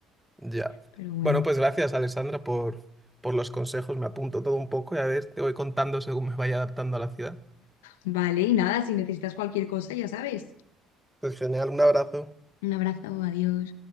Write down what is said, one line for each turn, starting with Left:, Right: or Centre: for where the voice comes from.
Centre: ya.
Left: Pero bueno,
Centre: Bueno, pues gracias, Alessandra, por, por los consejos. Me apunto todo un poco y a ver, te voy contando según me vaya adaptando a la ciudad.
Left: vale, y nada, si necesitas cualquier cosa, ya sabes.
Centre: Pues genial, un abrazo.
Left: Un abrazo, adiós.